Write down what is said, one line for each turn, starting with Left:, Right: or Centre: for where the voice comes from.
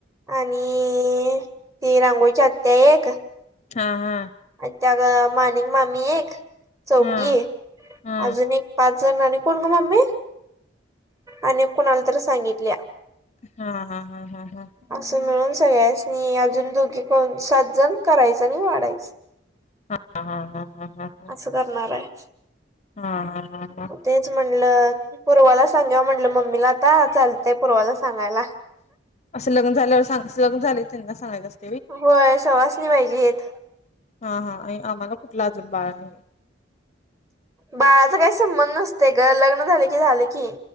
Right: आणि ती रांगोळीच्या आत्या एक.
Left: हा हा.
Right: त्या मानिक मामी एक चौघी.
Left: हा हा
Right: अजून एक पाच जण आणि कोण ग मम्मी. आणि एक कोणाला तर सांगितल्या.
Left: हा हा हा हा हा
Right: असं मिळून सगळ्यांसनी अजून दोघे कोण सात जण करायच आणि वाढायचं
Left: हा हा हा हा हा
Right: असं करणार आहे
Left: हा हा हा ह
Right: तेच म्हणलं पूर्वाला सांगाव म्हंटलं मम्मीला आता चालतेय पूर्वाला सांगायला
Left: असं लग्न झाल्यावर सां लग्न झाले त्यांना सांगायचं असतं
Right: होय सवासणी पाहिजेत्
Left: हा हा आणि आम्हाला कुठला अजून बाळा नाही
Right: बाळाचा काही संबंध नसते ग लग्न झाल की झाले की